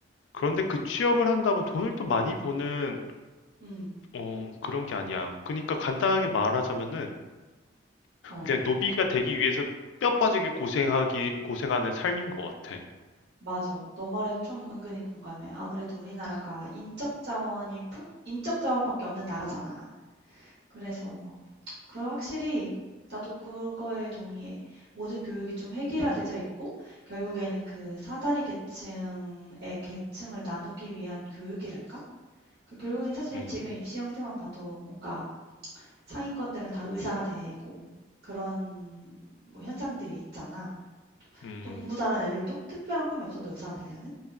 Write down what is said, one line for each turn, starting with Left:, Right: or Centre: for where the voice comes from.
Left: 그런데 그 취업을 한다고 돈을 또 많이 버는,
Right: 음,
Left: 어, 그런 게 아니야. 그러니까 간단하게 말하자면은,
Right: 어,
Left: 그냥 노비가 되기 위해서 뼈 빠지게 고생하기, 고생하는 삶인 것 같아.
Right: 맞아. 너 말에 좀 은근히 공감해. 아무래도 우리나라가 인적 자원이 풍, 인적 자원밖에 없는 나라잖아. 그래서 뭐 그 확실히 나도 그거에 동의해. 모든 교육이 좀 획일화되어 있고 결국에는 그 사다리 계층의 계층을 나누기 위한 교육이랄까? 그 결국엔 사실
Left: 음,
Right: 지금 입시 형태만 봐도 뭔가 상위권들은 다 의사가 되고 그런 뭐 현상들이 있잖아.
Left: 음,
Right: 또 공부 잘하는 애들도 특별한 꿈이 없어도 의사가 되려는?